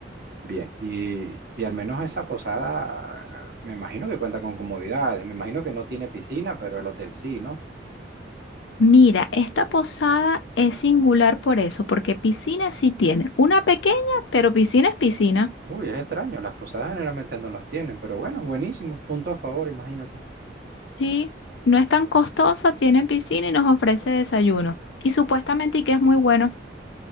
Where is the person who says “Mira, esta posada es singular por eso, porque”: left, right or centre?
Left